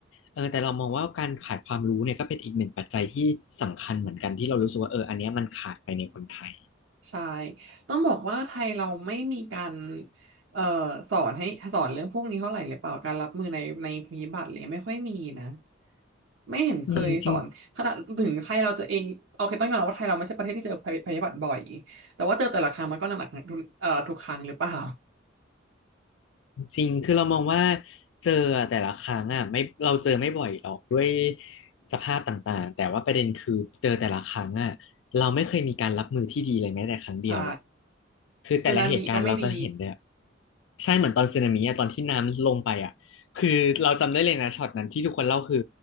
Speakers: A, on the left; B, on the right.
A: เออ แต่เรามองว่าการขาดความรู้เนี่ยก็เป็นอีกหนึ่งปัจจัยที่สำคัญเหมือนกันที่เรารู้สึกว่า เออ อันเนี้ยมันขาดไปในคนไทย
B: ใช่ต้องบอกว่าไทยเราไม่มีการเอ่อสอนให้สอนเรื่องพวกนี้เท่าไหร่หรือเปล่าการรับมือในในภัยพิบัติอะไรเลยไม่ค่อยมีนะไม่เห็นเคยสอนขนาดถึงไทยเราจะเองโอเคต้องยอมรับว่าไทยเราไม่ใช่ประเทศที่เจอภัยภัยพิบัติบ่อย
A: อืมจริง
B: แต่ว่าเจอแต่ละครั้งมันก็หนักหนักทุกเอ่อทุกครั้งหรือเปล่า
A: จริง คือเรามองว่าเจอแต่ละครั้งอ่ะไม่เราเจอไม่บ่อยหรอกด้วยสภาพต่างๆแต่ว่าประเด็นคือเจอแต่ละครั้งอ่ะเราไม่เคยมีการรับมือที่ดีเลยแม้แต่ครั้งเดียวอ่ะ
B: ใช่
A: คือแต่ละเหตุการณ์เราจะเห็นเลยอะ
B: สึนามิก็ไม่ดี
A: ใช่เหมือนตอนสึนามิอะตอนที่น้ำลงไปอ่ะคือเราจำได้เลยนะช็อตนั้นที่ทุกคนเล่าคือ